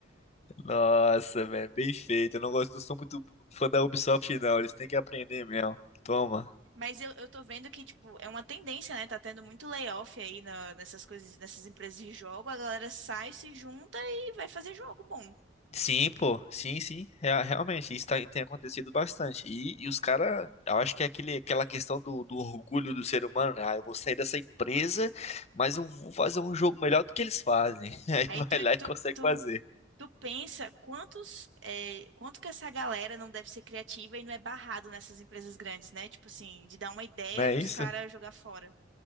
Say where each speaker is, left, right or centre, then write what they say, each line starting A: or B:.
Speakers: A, on the left; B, on the right.
A: nossa, velho, bem feito. Eu não gosto, não sou muito fã da Ubisoft, não, eles têm que aprender mesmo. Toma.
B: Mas eu, eu tô vendo que, tipo, é uma tendência, né? Tá tendo muito layoff aí na- nessas coisas, nessas empresas de jogo. A galera sai, se junta e vai fazer jogo bom.
A: Sim, pô, sim, sim, rea- realmente, isso tá- tem acontecido bastante. E, e os caras, eu acho que é aquele, aquela questão do, do orgulho do ser humano, né? Ah, eu vou sair dessa empresa, mas eu vou fazer um jogo melhor do que eles fazem. <laughs> Aí
B: Aí tu,
A: vai lá e
B: tu,
A: consegue
B: tu,
A: fazer.
B: tu pensa quantos, é, quanto que essa galera não deve ser criativa e não é barrado nessas empresas grandes, né? Tipo assim, de dar uma ideia
A: Não é
B: e os
A: isso?
B: caras jogar fora.